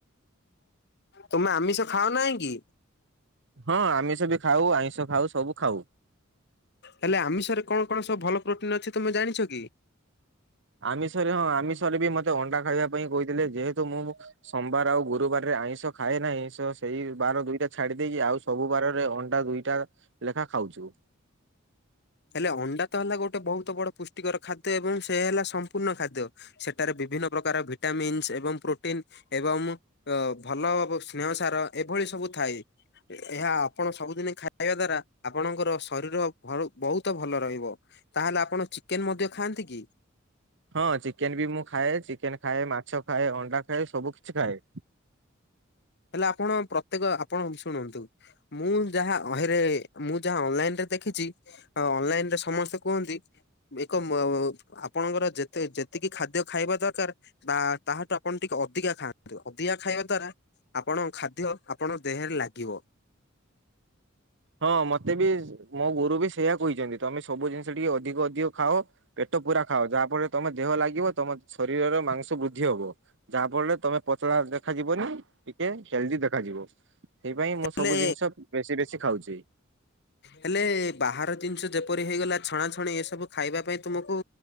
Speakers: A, on the left; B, on the right.
A: ତମେ ଆମିଷ ଖାଅ ନାହିଁ କି?
B: ହଁ ଆମିଷ ବି ଖାଉ ଆଇଁଷ ଖାଉ ସବୁ ଖାଉ।
A: ହେଲେ ଆମିଷରେ କଣ କଣ ସବୁ ଭଲ ପ୍ରୋଟିନ ଅଛି ତୁମେ ଜାଣିଛ କି?
B: ଆମିଷରେ ହଁ ଆମିଷରେ ବି ମତେ ଅଣ୍ଡା ଖାଇବା ପାଇଁ କହିଥିଲେ ଯେହେତୁ ମୁଁ ସୋମବାର ଆଉ ଗୁରୁବାରରେ ଆଇଁଷ ଖାଏ ନାହିଁ ସେଇ ବାର ଦିଇଟା ଛାଡି ଦେଇକି ଆଉ ସବୁ ବାରରେ ଅଣ୍ଡା ଦୁଇଟା ଲେଖା ଖାଉଛୁ।
A: ହେଲେ ଅଣ୍ଡା ତ ହେଲା ଗୋଟେ ବହୁତ ବଡ ପୁଷ୍ଟିକର ଖାଦ୍ୟ ଏବଂ ସେ ହେଲା ସମ୍ପୂର୍ଣ୍ଣ ଖାଦ୍ୟ। ସେଠାରେ ବିଭିନ୍ନ ପ୍ରକାର ଭିଟାମିନ୍ସ ଏବଂ ପ୍ରୋଟିନ ଏବଂ ଅ ଭଲ ସ୍ନେହସାର ଏଭଳି ସବୁ ଥାଏ। ଏହା ଆପଣ ସବୁଦିନେ ଖାଇବା ଦ୍ଵାରା ଆପଣଙ୍କର ଶରୀର ଭ ବହୁତ ଭଲ ରହିବ। ତାହେଲେ ଆପଣ ଚିକେନ ମଧ୍ୟ ଖାଆନ୍ତି କି?
B: ହଁ ଚିକେନ ବି ମୁଁ ଖାଏ ଚିକେନ ଖାଏ, ମାଛ ଖାଏ ଅଣ୍ଡା ଖାଏ, ସବୁ କିଛି ଖାଏ।
A: ହେଲେ ଆପଣ ପ୍ରତ୍ୟେକ ଆପଣ ଶୁଣନ୍ତୁ। ମୁଁ ଯାହା ଅହିଁ ରେ ମୁଁ ଯାହା ଅନଲାଇ ରେ ଦେଖିଛି। ଆଉ ଅନଲାଇନରେ ସମସ୍ତେ କୁହନ୍ତି। ଏକ ଆପଣଙ୍କର ଯେତେ ଯେତିକି ଖାଦ୍ୟ ଖାଇବା ଦରକାର ବା ତାହାଠୁ ଆପଣ ଟିକେ ଅଧିକା ଖାଆନ୍ତୁ ଅଧିକା ଖାଇବା ଦ୍ଵାରା ଆପଣଙ୍କ ଖାଦ୍ୟ ଆପଣଙ୍କ ଦେହରେ ଲାଗିବ।
B: ହଁ ମତେ ବି ମୋ ଗୁରୁ ବି ସେଇଆ କହିଛନ୍ତି ତମେ ସବୁ ଜିନିଷ ଟିକେ ଅଧିକ ଅଧିକ ଖାଅ। ପେଟପୁରା ଖାଅ ଯାହା ଫଳରେ ତମ ଦେହ ଲାଗିବ ତମ ଶରୀରର ମାଂସ ବୃଦ୍ଧି ହବ। ଯାହା ଫଳରେ ତମେ ପତଳା ଦେଖାଯିବନି ଟିକେ ହେଲଦି ଦେଖାଯିବ। ସେଇ ପାଇଁ ମୁଁ
A: ହେଲେ
B: ସବୁ ଜିନିଷ ବେଶୀ ବେଶୀ ଖାଉଛି।
A: ହେଲେ ବାହାର ଜିନିଷ ଯେପରି ହେଇଗଲା ଛଣାଛଣି ଏସବୁ ଖାଇବା ପାଇଁ ତୁମକୁ